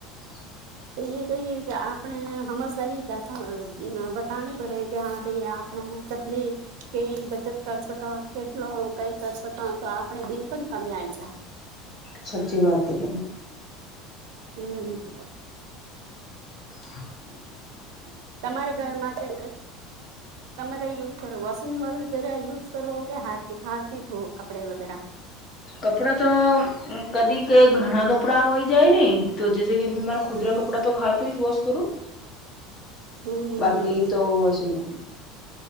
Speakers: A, on the left; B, on the right.
A: <inaudible>
B: તો એ કહી કે આપને હમસદારી બતા પડે કે હા ભાઈ આપ હ તતલી કેઈ બચત કર સકો કેટલો કઈ કરી સકો તો આપણે બિન પણ કમી આવીઈ જાય
A: સચી વાત એ બ
B: હમ્મ
A: <inaudible>
B: તમારા ઘર માત્ર તમે ત યુઝ કરો વોશિંગ યુઝ કરો કેાથ હાથ ધોવો કપડા વગેરે
A: કપડા તો કદી ક ઘણા કપડા હોય જાય ને તો જૈસે કે મારા ખુદરા
B: હમ
A: કપડા તો હાથ વોશ કરું
B: હમ હમ
A: બાકી
B: હમ
A: તો વોશિંગ મશીન